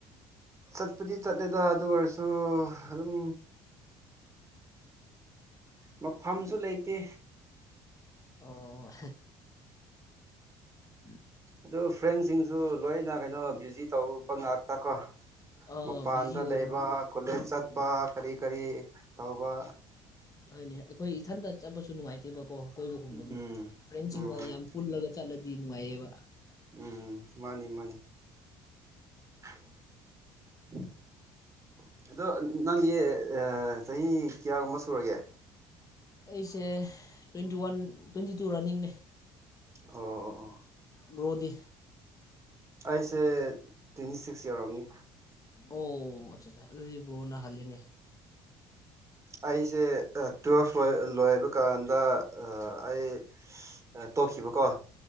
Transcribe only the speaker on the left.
ꯑꯣ ꯎꯝ
ꯑꯥ
ꯕꯤꯖꯤ ꯑꯣꯏꯕ
ꯃꯥꯜꯂꯦ
ꯎꯝ
ꯑꯗꯨꯅꯦ ꯑꯩꯈꯣꯏ ꯏꯊꯟꯇ ꯆꯠꯄꯁꯨ ꯅꯨꯡꯉꯥꯏꯇꯦꯕꯀꯣ ꯑꯀꯣꯏꯕꯒꯨꯝꯕꯗꯤ
ꯐ꯭ꯔꯦꯟꯁꯤꯡꯒ
ꯌꯥꯝ ꯄꯨꯜꯂꯒ ꯆꯠꯂꯗꯤ ꯅꯨꯡꯉꯥꯏꯌꯦꯕ
ꯑꯩꯁꯦ ꯇ꯭ꯋꯦꯟꯇꯤ ꯋꯥꯟ ꯇ꯭ꯋꯦꯟꯇꯤ ꯇꯨ ꯔꯟꯅꯤꯡꯅꯦ
ꯔꯣꯗꯤ
ꯑꯣ ꯑꯠꯆꯥ ꯑꯆꯥ ꯑꯗꯨꯗꯤ ꯕ꯭ꯔꯣꯅꯍꯜꯂꯤꯅꯦ